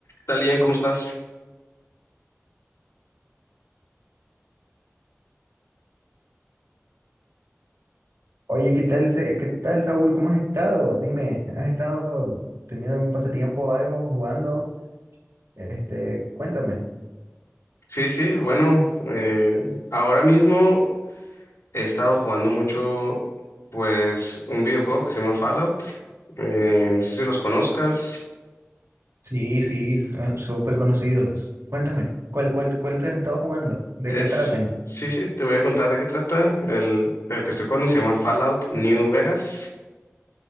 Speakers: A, on the left; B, on the right.
A: tal, Ian? ¿Cómo estás?
B: Oye, ¿qué tal, se- qué tal, Saúl? ¿Cómo has estado? Dime, ¿has estado teniendo algún pasatiempo, o algo, jugando? Este, cuéntame.
A: Sí, sí, bueno, eh, ahora mismo he estado jugando mucho, pues, un videojuego que se llama Fallout. Eh, no sé si los conozcas.
B: Sí, sí, s- ah, súper conocidos. Cuéntame, ¿cuál, cuál, cuál te has estado jugando? ¿De
A: Es,
B: qué tratan?
A: sí, sí, te voy a contar de qué trata. El, el que estoy jugando se llama Fallout New Vegas.